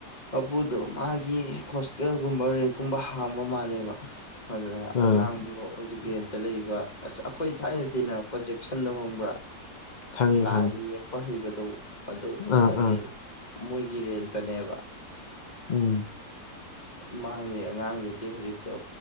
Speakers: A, on the left; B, on the left.
A: ꯄꯄꯨꯗꯣ ꯃꯥꯒꯤ ꯍꯣꯁꯇꯦꯜꯒꯨꯝꯕ ꯔꯦꯟꯀꯨꯝꯕ ꯍꯥꯡꯕ ꯃꯥꯜꯂꯦꯕ ꯑꯗ
B: ꯑꯥ
A: ꯑꯉꯥꯡꯗꯣ ꯍꯧꯖꯤꯛ ꯒ꯭ꯔꯦꯟꯗ ꯂꯩꯕ ꯑꯁ ꯑꯩꯈꯣꯏ ꯊꯥꯏꯅ ꯇꯤꯟꯅꯔꯛꯄ ꯖꯦꯛꯁꯟꯗ ꯍꯣꯡꯕ꯭ꯔꯥ
B: ꯈꯪꯉꯦ
A: ꯂꯥꯏ
B: ꯈꯪꯉꯦ
A: ꯌꯦꯛꯄ ꯍꯩꯕꯗ <unintelligible> ꯑꯗꯨ ꯑꯗꯨ
B: ꯑꯥ
A: ꯃꯥꯒꯤꯦ
B: ꯑꯥ
A: ꯃꯒꯤꯔꯤꯑꯇꯅꯦꯦꯕ
B: ꯎꯝ
A: ꯃꯥꯒꯤ ꯑꯉꯥꯡꯗꯨꯗꯤ ꯍꯧꯖꯤꯛꯇꯣ